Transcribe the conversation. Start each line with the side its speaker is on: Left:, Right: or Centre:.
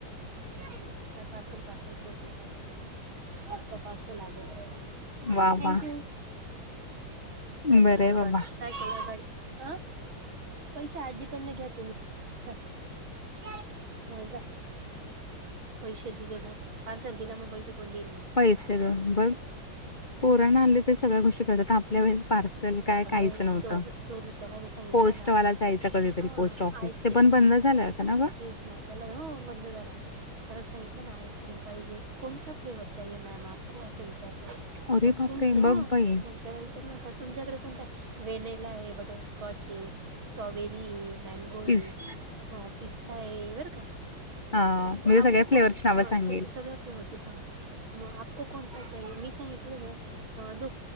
Right: काय पार्सल पार्सल खेळतो काय? आपका पार्सल आ गया
Left: वा
Right: थँक
Left: वा
Right: यू. सयकल
Left: बरं आहे
Right: वर
Left: बाबा
Right: गाडी सयकल गाडी, आ? पैशे आजीकडन घ्या तुम्ही जा ह जा. पैशे दिले ना पार्सल दिला मग पैसे कोण देईल
Left: पैसे देऊन पण पोराण आले ते सगळ्या गोष्टी कळतात आपल्या वेळेस पार्सल काय
Right: अगं
Left: काहीच नव्हत
Right: तो तो त्याला जर सांगितलं
Left: पोस्टवाला
Right: ना
Left: जायच कधीतरी
Right: हा
Left: पोस्ट ऑफिस
Right: आईस्क्रीम
Left: ते पण बंद झालंय आता आता ना ग?
Right: तेच ना त्याला ना हो बंद झाला ना त्याला सांगितलं ना आईस्क्रीम पाहिजे कोणसा फ्लेवर चाहीये मॅम आप को असं विचारतो
Left: अरे
Right: मग
Left: बापरे
Right: तुम त
Left: बघ बाई.
Right: मग त्याला विचार ना का तुमच्याकडे कोणता व्हनिला आहे बटरस्कॉच आहे स्ट्रॉबेरी आहे मँगो आहे.
Left: पीस
Right: हो पिस्ता आहे बर का. हा
Left: अ
Right: आपको
Left: म्हणजे
Right: आपको
Left: सगळ्या फ्लेवरची
Right: कोणसा
Left: नावं
Right: हा
Left: सांगेल.
Right: सग सगळ्या फ्लेवर ची सांगतो आपको कोणसा चाहिये? मी सांगितलं ना दो